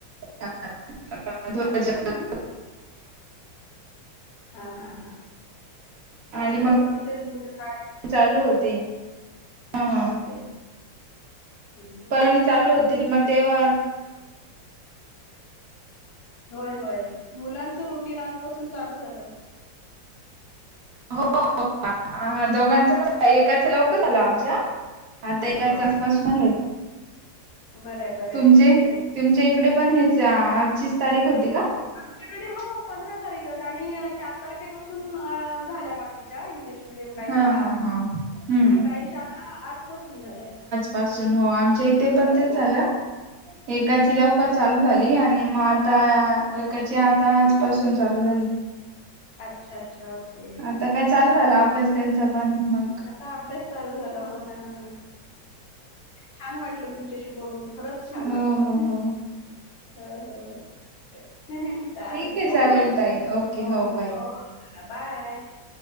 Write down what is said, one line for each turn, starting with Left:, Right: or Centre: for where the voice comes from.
Right: <unintelligible>
Left: आजपासून हा हा हा
Right: आणि
Left: आजपासूनच
Right: मग
Left: तेच मुलं शाळेत
Right: चालू होती हा
Left: अच्छा
Right: हा.
Left: ओके मुलांचा
Right: परणी चालू
Left: आज
Right: होतील
Left: रुटीन
Right: मग तेव्हा
Left: होय होय मुलांचं रुटीन आजपासून चालू झालं.
Right: हो हो दोघांचं पण एकाच लवकर झालं आमच्या आता
Left: अच्छा
Right: एकाच
Left: ओके
Right: आसपास आलाय
Left: बरं बरं
Right: तुमचे
Left: तेच
Right: तुमच्या इकडे पण हेच
Left: हो.
Right: आजचीच तारीख होती
Left: हो
Right: का?
Left: आमच्याकडे हो पंधरा तारीखच आणि चार तारखेपासून झाल्या बाकीच्या इंग्लिश मडियम काही
Right: हा
Left: शाळा
Right: हा हा हम्म.
Left: आणि काही शाळा आजपासून झाल्या.
Right: पासून हो आमच्या इथे पण
Left: हो
Right: ते झालं. एकाची लवकर चालू झाली आणि मग आता
Left: होय
Right: एकाची आ आता आजपासून चालू झाली.
Left: अच्छा अच्छा ओके
Right: आता काय चालू झाला अभ्यास त्यांचा पण मग
Left: आता अभ्यास चालू झाला हो ना हो नाही छान वाटलं तुमच्याशी बोलून खरंच छान
Right: हो
Left: वाटलं.
Right: हो हो हो.
Left: हो हो तेच चालेल
Right: ठीक आहे
Left: ठेवू
Right: चालेल
Left: मग.
Right: ताई ओके
Left: हो हो
Right: बाय.
Left: हो चला बाय